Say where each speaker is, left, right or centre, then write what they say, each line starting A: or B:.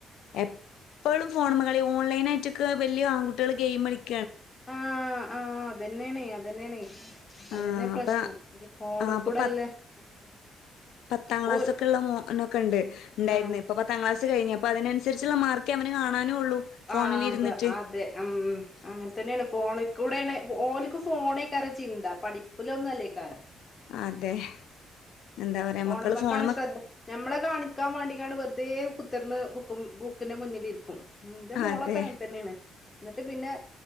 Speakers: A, on the left; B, on the left.
A: എപ്പോഴും ഫോൺ മകള ഓൺലൈനായിട്ടൊക്കെ വിയ ആൺകട്ടികൾ ഗെയിം കടിക്ക
B: ആഹ് ആഹ് അതുതന്നെയാണ് അത്. അതുതന്നെയാണ്. അതുതന്നെ
A: ആഹ്
B: പ്രശ്നം
A: അപ്പ
B: ഈ ഫോണിക്കൂടെല്ലേ
A: ആഹ് അപ്പൊ പത്ത്
B: ഉം.
A: പത്താം ക്ലാസ്
B: ഓ
A: ഒക്കെയുള്ള മോൻ. എന്നൊക്ക ഉണ്ട്. ഉണ്ടായിരുന്നു
B: ആ
A: ഇപ്പൊ പത്താം ക്ലാസ്സ്‌ കഴിഞ്ഞപ്പോ അതിനനുസ അനുസരിച്ചുള്ള മാർക്ക് അവനെ കാണാനും. ഉള്ളൂ ഫോണിലിരുന്നിട്ട്.
B: ആഹ് അതെ അതെ ഉം ഉം അങ്ങനെ തന്നെയാണ് ഫോണിൽ കൂടെ. ഓലിക്ക് ഫോൺ കളി ചിന്ത പഠിപ്പിലൊന്നും അല്ലേ ഈകാലം
A: അതെ. എന്താ പറയാ
B: ഫോണുമേക്കാണ്
A: മക്കള് ഫോണുമ്മ
B: ശ്രദ്ധ, ഞമ്മളെ കാണിക്കാൻ വേണ്ടിയങ്ങാണ്ട് വെറുതെ കു കുത്തിയിരുന്ന് ബുക്കും ബുക്കിന്റെ മുന്നിലിരിക്കും. ഉം എന്റെ മോളൊക്കെ
A: അതെ.
B: അങ്ങനെ തന്നെയാണ് എന്നിട്ട് പിന്നെ